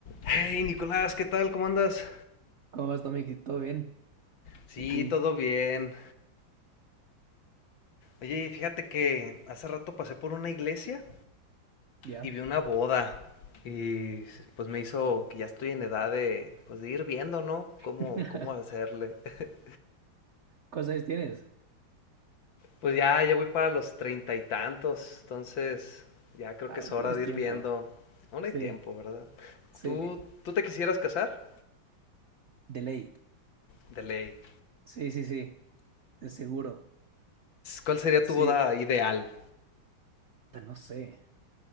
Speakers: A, on the left; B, on the right.
A: Hey Nicolás, ¿qué tal? ¿Cómo andas?
B: ¿Cómo vas, Tommy? ¿Todo bien?
A: Sí,
B: Aquí,
A: todo bien. Oye, fíjate que hace rato pasé por una iglesia
B: ya.
A: y vi una boda. Y pues me hizo que ya estoy en edad de, pues, de ir viendo, ¿no? Cómo,
B: <laughs>
A: cómo hacerle. <laughs>
B: ¿Cosas tienes?
A: Pues ya, ya voy para los treinta y tantos. Entonces, ya creo
B: Ah,
A: que es hora
B: tienes
A: de ir
B: tiempo.
A: viendo. Aún
B: Sí,
A: hay tiempo, ¿verdad?
B: sí,
A: ¿Tú, tú te quisieras casar?
B: de ley.
A: De ley.
B: Sí, sí, sí, de seguro.
A: ¿Cuál sería
B: Sí,
A: tu boda ideal?
B: pero no sé.